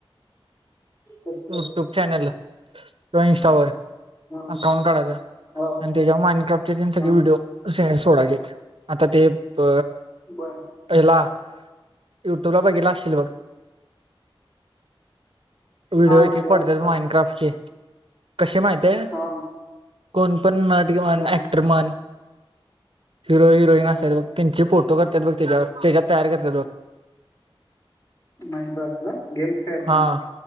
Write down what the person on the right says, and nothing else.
युट्यूब चॅनल किंवा इनस्टावर
अकाउंट काढायच आणि
त्याच्या माईंडक्राफ्टचे सगळे
व्हिडिओ सोडायचे आहेत आता ते अ
ह्याला युट्यूब ला बघितला असशील बघ व्हिडिओ
एक एक पडत्यात
माइनड क्राफ्ट चे कशे माहिताय
कोण पण नट किंवा
ऍक्टर म्हण हिरो हिरोईन
असत्यात बघ त्यांचे फोटो करत्यात बघ त्याच्यावर त्याच्यात तयार करतत्यात बघ
हा